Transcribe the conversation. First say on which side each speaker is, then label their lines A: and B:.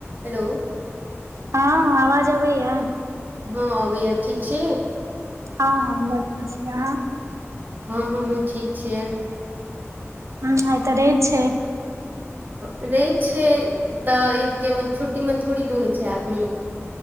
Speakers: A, on the right (about 40°); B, on the right (about 85°).
A: हेलो
B: हँ आवाज अबैया?
A: हँ अबैया ठीक छी?
B: हँ हँ ब बढ़ियां छी अहाँ?
A: हँ हमहुँ ठीक छियै।
B: ह आइ त रैव छैय।
A: रैव छैय तऽ इबके छुट्टी मे थोड़ी रहै छैय आदमी।